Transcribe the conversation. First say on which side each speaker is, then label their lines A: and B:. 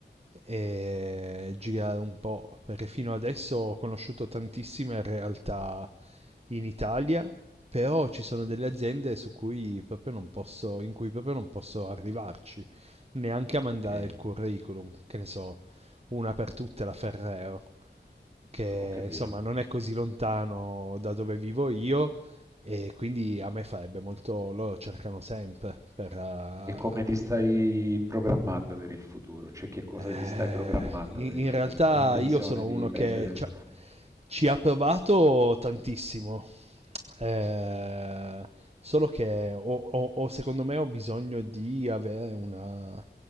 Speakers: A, on the right; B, on the right.
A: e girare un po', perché fino adesso ho conosciuto tantissime realtà in Italia, però ci sono delle aziende su cui proprio non posso, in cui proprio non posso arrivarci, neanche a mandare
B: Ok,
A: il curriculum, che ne so, una per tutte la Ferrero che
B: ho capito.
A: insomma non è così lontano da dove vivo io e quindi a me farebbe molto, loro cercano sempre per, eh,
B: E come ti stai programmando per il futuro? Cioè, che cosa
A: eh,
B: ti stai programmando
A: in,
B: per il
A: in
B: futuro?
A: realtà
B: Hai intenzione
A: io sono
B: di
A: uno che
B: prendere...
A: ci ha, ci ha provato tantissimo, Eh, solo che ho, ho- ho- secondo me ho bisogno di avere una